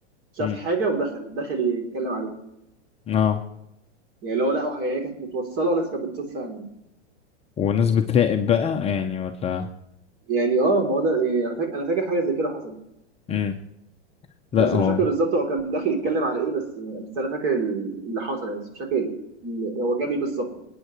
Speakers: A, on the right; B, on the left.
A: شاف
B: مم.
A: حاجه ودخل دخل يتكلم عليها
B: اه
A: يعني لو لقوا هي كانت متوصله والناس كانت بتشوف فعلا
B: وناس بتراقب بقى يعني ولا
A: يعني اه ما هو ده يعني انا فاكر انا فاكر حاجه زي كده حصلت
B: امم لا
A: بس
B: هو
A: مش فاكر بالظبط هو كان داخل يتكلم على ايه بس يعني بس انا فاكر ال- اللي حصل يعني بس مش فاكر ال- هو جاب ايه بالظبط